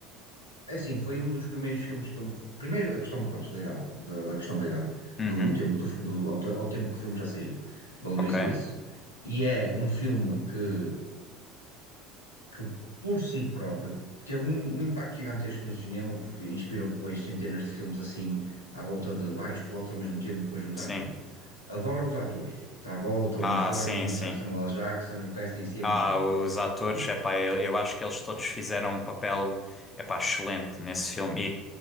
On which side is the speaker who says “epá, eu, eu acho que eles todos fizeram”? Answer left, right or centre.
Left